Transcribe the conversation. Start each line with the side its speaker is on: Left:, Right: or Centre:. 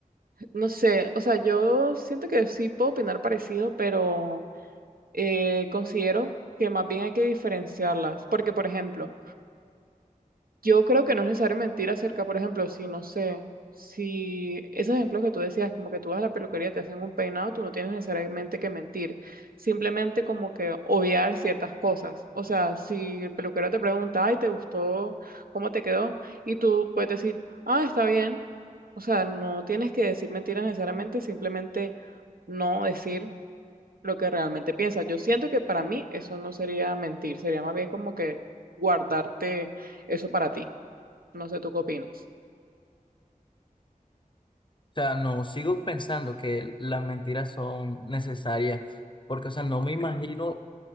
Right: no sé, o sea, yo siento que sí puedo opinar parecido, pero eh, considero que más bien hay que diferenciarlas, porque, por ejemplo, Yo creo que no es necesario mentir acerca, por ejemplo, si no sé, si esos ejemplos que tú decías, como que tú vas a la peluquería, te hacen un peinado, tú no tienes necesariamente que mentir, simplemente como que obviar ciertas cosas. O sea, si el peluquero te pregunta, ay, ¿te gustó? ¿Cómo te quedó? Y tú puedes decir, ah, está bien. O sea, no tienes que decir mentiras necesariamente, simplemente no decir lo que realmente piensas. Yo siento que para mí eso no sería mentir, sería más bien como que guardarte eso para ti. No sé tú qué opinas.
Left: O sea, no, sigo pensando que las mentiras son necesarias, porque, o sea, no me imagino